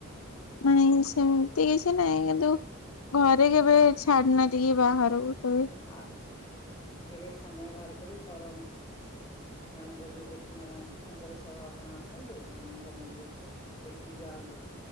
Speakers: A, on the left; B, on the left.
A: ନାଇଁ ସେମିତି କିଛି ନାଇଁ କିନ୍ତୁ ଘରେ କେବେ ଛାଡ଼ି ନାହାନ୍ତି କି ବାହାରକୁ କେବେ।
B: ଆଚ୍ଛା କେବେ ସମୟ ବାହାର କରିକରି ଘର ମାନଙ୍କ ଯୋଉ ବ୍ୟକ୍ତି ମାନେ ଅଛନ୍ତି ତାଙ୍କର ସହ ଆପଣ ଆସନ୍ତୁ ନନ୍ଦନକାନନରେ ଦେଖିକି ଯାଆନ୍ତୁ